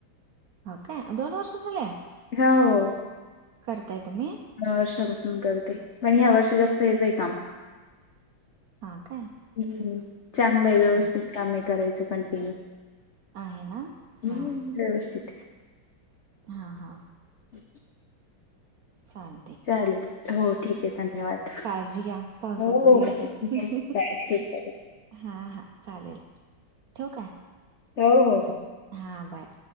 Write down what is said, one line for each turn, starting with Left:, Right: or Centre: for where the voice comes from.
Right: हो काय दोन वर्ष झालेय
Left: हा हो
Right: करताय तुम्ही.
Left: वर्षापासून करते पण ह्या वर्ष जास्त येत आहे काम.
Right: हां काय
Left: हम्म चांगलं आहे व्यवस्थित
Right: हं.
Left: काम आहे करायचं कंटिन्यू.
Right: आहे ना
Left: हम्म
Right: हां
Left: व्यवस्थित.
Right: हा हा.
Left: हम्.
Right: चालेस.
Left: चालेल हो ठीक आहे धन्यवाद
Right: काळजी घ्या पावसाचा
Left: हो
Right: दिवस
Left: चाल
Right: आहेत
Left: ठीक आहे
Right: हां हां चालेल ठव काय
Left: हो हो हो
Right: हां बाय